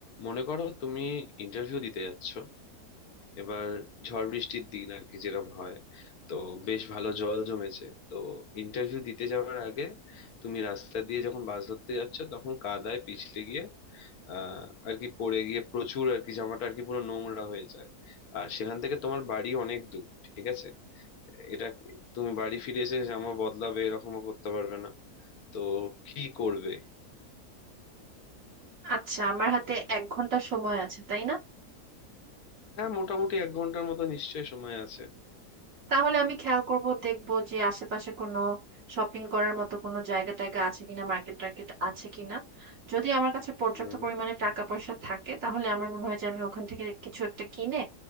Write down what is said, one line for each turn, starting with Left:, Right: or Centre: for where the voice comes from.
Left: মনে করো তুমি ইন্টারভিউ দিতে যাচ্ছ এবার ঝড় বৃষ্টির দিন আর কি যেরকম হয় তো বেশ ভালো জল জমেছে তো ইন্টারভিউ দিতে যাওয়ার আগে তুমি রাস্তা দিয়ে যখন বাস ধরতে যাচ্ছ তখন কাদায় পিছলে গিয়ে আহ আর কি পড়ে গিয়ে প্রচুর আর কি জামাটা আর কি পুরো নোংরা হয়ে যায় আর সেখান থেকে তোমার বাড়ি অনেক দূর ঠিক আছে এটা তুমি বাড়ি ফিরে এসে জামা বদলাবে এরকমও করতে পারবে না তো কি করবে
Right: আচ্ছা আমার হাতে এক ঘন্টা সময় আছে তাই না
Left: হ্যাঁ মোটামুটি এক ঘন্টার মতো নিশ্চয়ই সময় আছে
Right: তাহলে আমি খেয়াল করব দেখব যে আশেপাশে কোনো শপিং করার মতো কোনো জায়গা টায়গা আছে কিনা মার্কেট টার্কেট আছে কিনা যদি আমার কাছে পর্যাপ্ত
Left: হুম
Right: পরিমাণে টাকা পয়সা থাকে তাহলে আমার মনে হয় যে আমি ওখান থেকে কিছু একটা কিনে